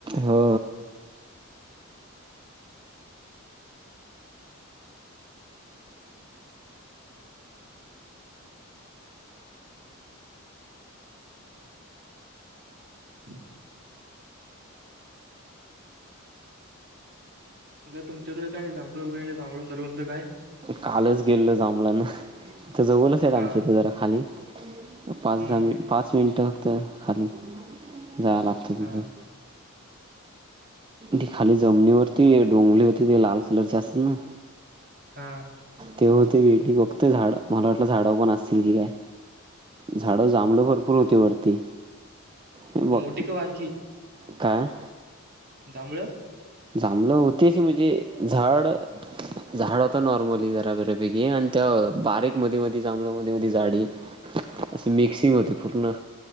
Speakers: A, on the right (about 20°); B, on the right (about 50°).
A: हो
B: हम. मग तुमच्याकडे काय जांभळ <unintelligible> जांभळं करवंद काय.
A: कालच गेलं जांभळे आणाय. इथं जवळचाय
B: हा
A: आमच्या इथे जरा खाली. पाच
B: हम्म
A: दहा मिन पाच मिनटं. तर खाली. जाया लागत तिथं.
B: हा
A: ती खाली जमनीवरती डोंगळी होती. ते लाल कलरची असतात ना.
B: हा.
A: ते होते <inaudible> फक्त झाड मला वाटलं झाडावर पण असतील की काय झाड जांभळं भरपूर होते वरती. बघ
B: मोठी का बारकी.
A: काय.
B: जांभळं.
A: जांभळं होतीच म्हणजे झाड झाड होता नॉर्मली जरा <unintelligible> आणि त्या बारीक मध्ये मध्ये जांभळ मध्ये मध्ये झाडे असे मिक्सिंग पूर्ण.